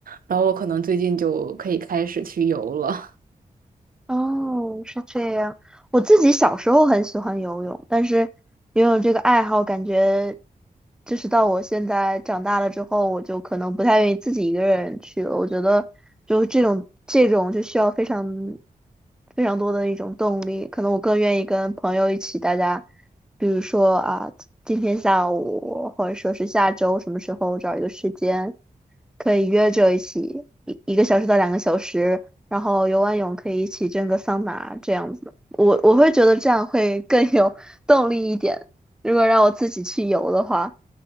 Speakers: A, on the right (about 70°); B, in the centre.
A: 然后我可能最近就可以开始去游了。
B: 哦，是这样。我自己小时候很喜欢游泳，但是游泳这个爱好，感觉就是到我现在长大了之后，我就可能不太愿意自己一个人去了。我觉得就是这种这种就需要非常非常多的一种动力，可能我更愿意跟朋友一起，大家比如说啊，今天下午或者说是下周什么时候找一个时间。可以约着一起一一个小时到两个小时，然后游完泳可以一起蒸个桑拿这样子。我我会觉得这样会更有 <laughs> 动力一点。如果让我自己去游的话，